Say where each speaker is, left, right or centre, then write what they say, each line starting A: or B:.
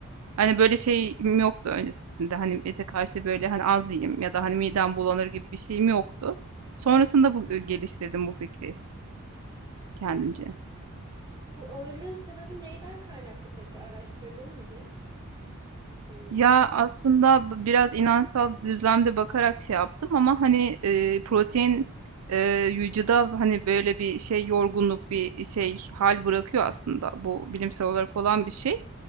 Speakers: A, on the right; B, on the right.
A: hani böyle şeyim yoktu öncesinde. Hani ete karşı böyle hani az yiyeyim ya da hani midem bulanır gibi bir şeyim yoktu. Sonrasında bu geliştirdim bu fikri kendimce.
B: Bu ağırlığın sebebi neyden kaynaklı peki? Araştırdın mı hiç? Yani
A: Ya aslında b- biraz inançsal düzlemde bakarak şey yaptım ama hani e, protein e, vücuda hani böyle bir şey yorgunluk bir şey hal bırakıyor aslında. Bu bilimsel olarak olan bir şey.